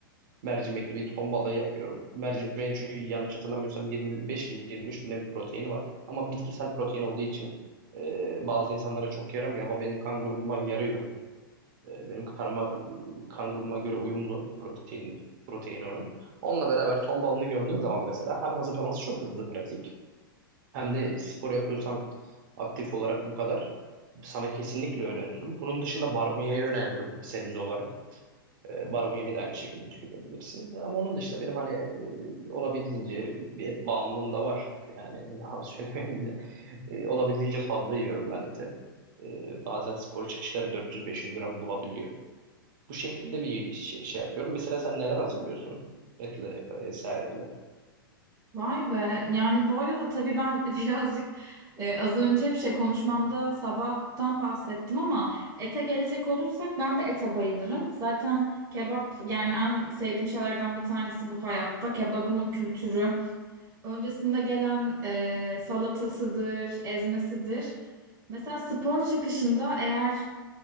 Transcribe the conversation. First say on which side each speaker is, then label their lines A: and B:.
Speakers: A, on the right (about 60°); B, on the right (about 25°).
A: Mercimekli bir ton balığı yapıyorum. Mercimeğin çünkü yanlış hatırlamıyorsam 25 mi 23 mi ne bir proteini var. Ama bitkisel protein olduğu için e, bazı insanlara çok yaramıyor ama benim kanguruma yarıyor. Ee, Benim karma kan grubuma göre uyumlu protein proteini onun. Onunla beraber ton balını gömdüğüm zaman mesela hem hazırlaması çok hızlı pratik hem de spor yapıyorsan aktif olarak bu kadar sana kesinlikle öneririm. Bunun dışında barbunyayı öneririm sebze olarak. Ee, Barbunyayı da aynı şekilde tüketebilirsin. E, Ama onun dışında benim hani e, olabildiğince bir et bağımlılığım da var. Yani <laughs> yalan söylemeyeyim de e, olabildiğince fazla yiyorum ben eti. E, Bazen spor çıkışları 400-500 gram bulabiliyor. Bu şekilde bir şey, şey yapıyorum. Mesela sen neler hazırlıyorsun? Etle yap- vesaireyle.
B: Vay be. Yani bu arada tabii ben <laughs> birazcık e, az önce bir şey konuşmamda sabahtan bahsettim ama ete gelecek olursak ben de ete bayılırım. Zaten kebap yani en sevdiğim şeylerden bir tanesi bu hayatta. Kebabın o kültürü. Öncesinde gelen e, salatasıdır, ezmesidir. Mesela spor çıkışında eğer